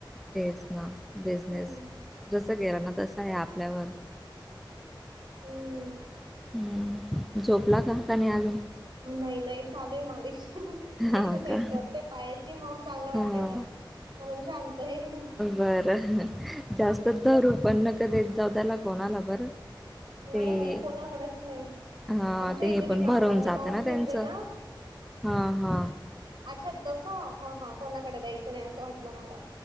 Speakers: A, in the centre; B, on the right.
A: तेच ना,
B: हम्म
A: बिजनेस. जस गेला ना, तस आहे आपल्यावर
B: हम.
A: हम्! झोपला का? का नाही अजून?
B: नाही नाही, चालूय माझ्याशी
A: हा
B: एक्सरसाइज
A: का
B: करतोय पायाची, मग चांगलं वाटतय
A: हा
B: त्याला, म्हणून शांतय.
A: बरं, जास्तच धरू पण नका देत जाऊ त्याला कोणाला बरं.
B: नाही
A: ते
B: नाही, कोणाकडेच नाही,
A: हा
B: आमच्या
A: ते
B: इथे
A: हे
B: ती
A: पण
B: कामवाली
A: भरवून जातं
B: मावशी
A: त्यांचं
B: येते ना
A: हा हा.
B: अच्छा! तस, हा हा, कोणाकडे द्यायचं नाही असं वाटलं मला.